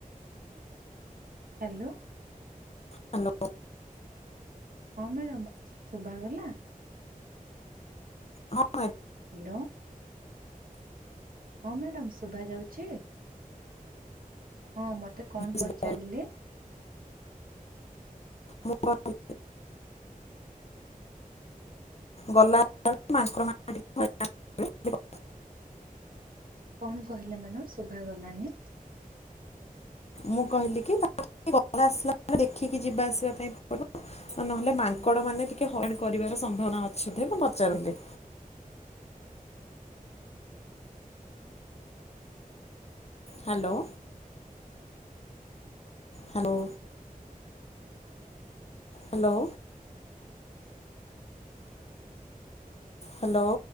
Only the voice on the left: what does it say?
ହ୍ୟାଲୋ
ହଁ ମ୍ୟାଡ଼ାମ୍
ଶୁଭା
<unintelligible> ଗଲା <unintelligible> କରିବେ।
ମୁଁ କହିଲି କି <unintelligible> ଦେଖିକି ଯିବା ଆସିବା ପାଇଁ ପଡ଼ିବ ନହେଲେ ମାଙ୍କଡ ମାନେ ଟିକେ ହଇଣ କରିବାର ସମ୍ଭାବନା ଅଛି ସେଧି ମୁଁ ପଚାରିଲି। ହ୍ୟାଲୋ। ହ୍ୟାଲୋ। ହ୍ୟାଲୋ। ହ୍ୟାଲୋ।